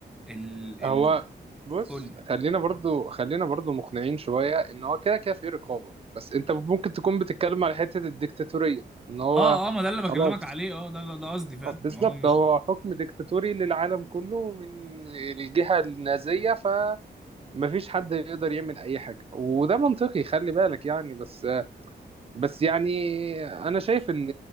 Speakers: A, in the centre; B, on the right.
A: ال
B: هو
A: ال
B: بص
A: قول
B: خلينا برضو خلينا برضو مقنعين شوية ان هو كده كده في رقابة بس انت ممكن تكون بتتكلم على حتة الديكتاتورية ان هو
A: اه اه ما ده اللي
B: خلاص
A: بكلمك عليه اه ده اللي- ده قصدي فاهم
B: آه، بالظبط
A: ما هو مش
B: هو حكم ديكتاتوري للعالم كله من الجهة النازية فمفيش حد يقدر يعمل أي حاجة وده منطقي خلي بالك يعني بس بس يعني أنا شايف إن